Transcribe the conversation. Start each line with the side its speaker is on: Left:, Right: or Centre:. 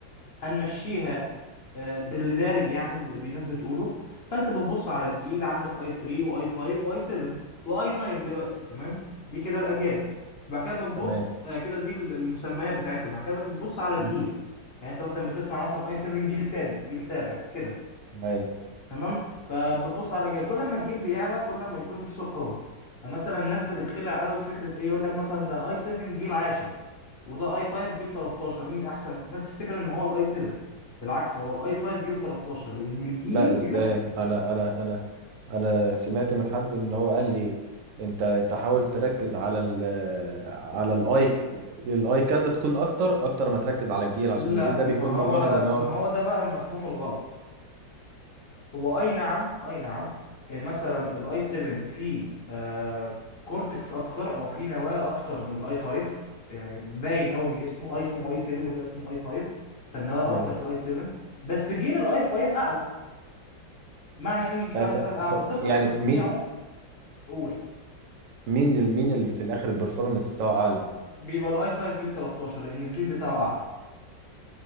Left: هنمشيها آه، باللي دارج يعني باللي الناس بتقوله فانت بتبص على الجيل عندك اي 3 واي 5 واي 7 واي 9 دلوقتي تمام دي كده الاجيال بعد كده بتبص
Right: تمام
Left: آه، كده دي المسميات بتاعتهم بعد كده بتبص على الجيل
Right: مم.
Left: يعني انت مثلا بتسمع مثلا اي 7 جيل سادس جيل سابع كده
Right: ايوه
Left: تمام فبتبص على جيل كل ما الجيل بيعلى كل ما يكون البروسيسور قوي فمثلا الناس بتتخدع قوي في فكره ايه يقول لك مثلا ده اي 7 جيل 10 وده اي 5 جيل 13 مين احسن الناس تفتكر ان هو الاي 7 بالعكس هو الاي 5 جيل 13 لان الجيل
Right: لا ازاي
Left: هنا
Right: انا انا انا انا سمعت من حد ان هو قال لي انت تحاول تركز على ال على الاي الاي كذا تكون اكتر اكتر ما تركز على الجيل عشان
Left: لا
Right: الجيل ده
Left: ما
Right: بيكون مجرد
Left: هو
Right: ان هو
Left: ما هو ده بقى المفهوم الغلط هو اي نعم اي نعم آه، مثلا الاي 7 فيه آه كورتكس اكتر او فيه نواه اكتر من الاي 5 يعني باين قوي من اسمه اي اسمه اي 7 وده اسمه اي 5 فالنواه
Right: اي
Left: اكتر في الاي 7 بس جيل الاي 5 اعلى معنى ان جيل
Right: أي
Left: الاي
Right: ف...
Left: 5 اعلى
Right: ف...
Left: دقة
Right: يعني
Left: تصنيعه
Right: مين
Left: قول
Right: مين ال... مين اللي في الاخر البرفورمانس بتاعه اعلى
Left: بيبقى الاي 5 جيل 13 لان الجيل بتاعه اعلى